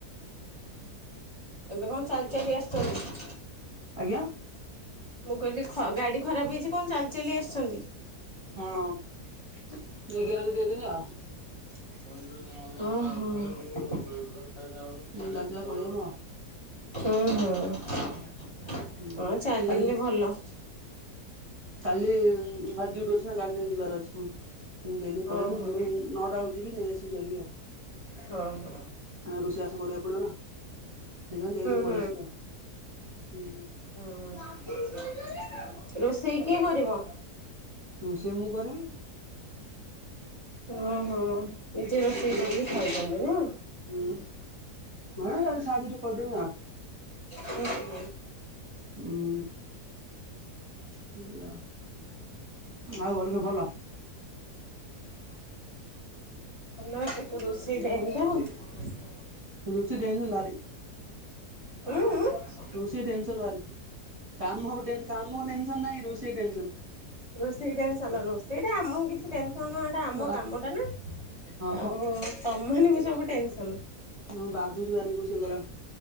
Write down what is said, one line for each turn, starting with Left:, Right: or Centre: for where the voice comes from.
Left: ଏବେ କଣ ଚାଲି ଚାଲି ଆସିଛନ୍ତି?
Right: ଆଜ୍ଞା।
Left: ମୁଁ କହିଲି ଖ ଗାଡ଼ି ଖରାପ ହେଇଚି କଣ ଚାଲି ଚାଲି ଆସିଛନ୍ତି?
Right: ହଁ <unintelligible>
Left: ହଁ ହଁ। ହଁ
Right: ଚାଲିଚୁଲା
Left: ହଁ।
Right: ପଳେଇଆଇନୁ ଆଉ।
Left: ହଁ ଚାଲିଲେ
Right: ହୁଁ
Left: ଭଲ।
Right: କାଲି କାଲି କାଲି ଡ୍ୟୁଟି ଅଛି ନା ଗାଡି ନେଇ ଯିବାର ଅଛି ପୁଣି। ଦେଇ ଦେଇକି ପଳେଇ
Left: ଓହୋ।
Right: ଆଇଲି ଯିମି ନଅଟା ବେଳକୁ ଯିବି ନେଇ ଆସିବି ଯାଇକି ଆଉ।
Left: ହଁ ହଁ ହୁଁ
Right: ଆଉ ରୋଷେଇବାସ କରିବାକୁ ପଡିବନା, ସେଥିପାଇଁ ଦେଇ ଦେଇକି
Left: ହୁଁ
Right: ପଳେଇଆସିଲି ଆଉ।
Left: ହୁଁ ହୁଁ। ରୋଷେଇ କିଏ କରିବ?
Right: ରୋଷେଇ ମୁଁ କରିବି।
Left: ଓହୋ। ନିଜେ ରୋଷେଇ କରି ଖାଉଛନ୍ତି ନା?
Right: ନା ଖାଲି ସାହାଯ୍ୟ ଟିକେ କରିଦେବି ଆଉ।
Left: ହୁଁ।
Right: <unintelligible> ସେଇଆ। ଆଉ ଘରେ ସବୁ ଭଲ?
Left: ଭଲ ଏବେ ତ ରୋଷେଇ ଟାଇମ ଟା।
Right: ରୋଷେଇ ଟେନ୍ସନ୍ ଭାରି।
Left: ଉଁ ଉଁ।
Right: ରୋଷେଇ ଟେନସନ୍ ଭାରି। କାମ ହବ ଟେନ୍ କାମ ଟେନସନ୍ ନାହିଁ ରୋଷେଇ ଟେନସନ୍।
Left: ରୋଷେଇ ଟେନସନ୍, ରୋଷେଇଟା ଆମକୁ କିଛି ଟେନସନ୍ ନୁହଁ। ସେଟା ଆମ
Right: ଆ
Left: କାମଟା ନା। ଆଉ
Right: ହଁ
Left: ତମ ମାନକୁ ସବୁ ଟେନସନ୍।
Right: ହୁଁ ବାଧୁଚି ଭାରି ରୋଷେଇ କଲା